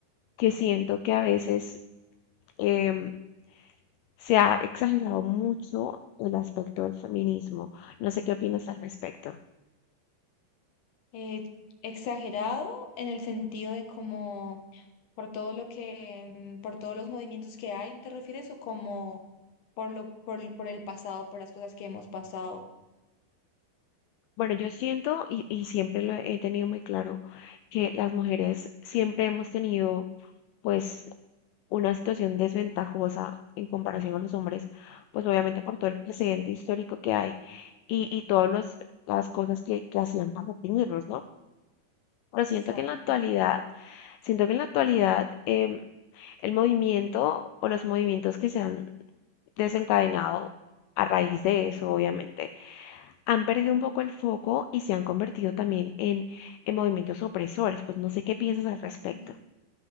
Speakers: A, on the left; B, on the left.
A: que siento que a veces em, se ha exagerado mucho el aspecto del feminismo. No sé qué opinas al respecto.
B: Eh, exagerado en el sentido de como por todo lo que, mm, por todos los movimientos que hay, ¿te refieres? ¿O como por lo, por, por el pasado, por las cosas que hemos pasado?
A: Bueno, yo siento y, y siempre lo he tenido muy claro que las mujeres siempre hemos tenido pues una situación desventajosa en comparación con los hombres, pues obviamente por todo el precedente histórico que hay y, y todas las cosas que, que hacían para oprimirlos, ¿no? Pero siento
B: Exacto,
A: que en la actualidad, siento que en la actualidad em, el movimiento o los movimientos que se han desencadenado a raíz de eso, obviamente, han perdido
B: claro.
A: un poco el foco y se han convertido también en, en movimientos opresores. Pues no sé qué piensas al respecto.
B: sí.